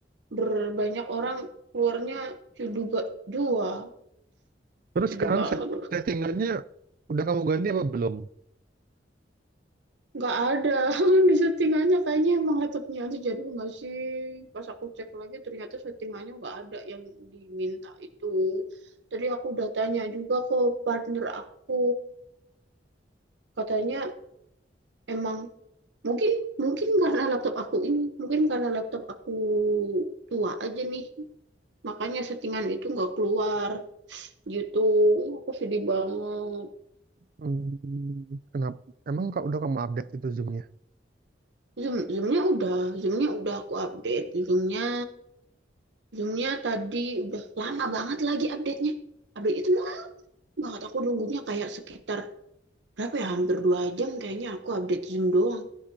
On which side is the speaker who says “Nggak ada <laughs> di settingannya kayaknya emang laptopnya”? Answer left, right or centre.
Right